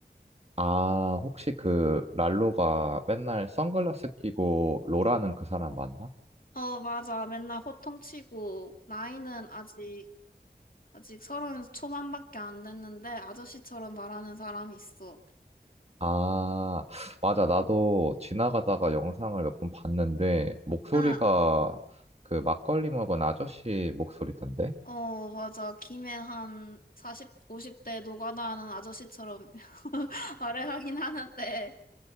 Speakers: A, on the right; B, on the left.
A: 아, 혹시 그 랄로가 맨날 선글라스 끼고 로라는 그 사람 맞나?
B: 어, 맞아. 맨날 호통치고, 나이는 아직, 아직 서른 초반밖에 안 됐는데, 아저씨처럼 말하는 사람이 있어.
A: 아, 맞아. 나도 지나가다가 영상을 몇 번 봤는데 목소리가
B: 응.
A: 그 막걸리 먹은 아저씨 목소리던데?
B: 어, 맞아. 김에 한 40, 50대 노가다 하는 아저씨처럼 <laughs> 말을 하긴 하는데,